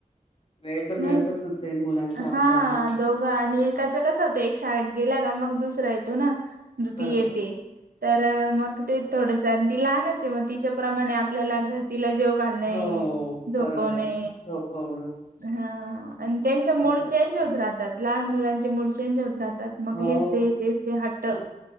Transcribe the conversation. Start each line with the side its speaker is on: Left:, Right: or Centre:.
Left: वेळ तर मिळतच
Right: नाही,
Left: नसेल मुलांचा अभ्यास
Right: हा दोघं आणि एकाच कसं होतंय एक शाळेत गेला का मग दुसरा येतो ना,
Left: बरोबर
Right: ती येते तर अ मग ते थोडस आणि ती लहानच आहे मग तिच्याप्रमाणे आपल्याला ता तिला जेऊ घालणे.
Left: हो
Right: झोपवणे
Left: बरोबर, झोपव
Right: हा आणि त्यांचे मूड
Left: आहे
Right: चेंज
Left: ते पण
Right: होत राहतात, लहान मुलांचे मूड चेंज होत राहत तात मग
Left: हो
Right: हेच दे तेच दे हट्ट.
Left: हो.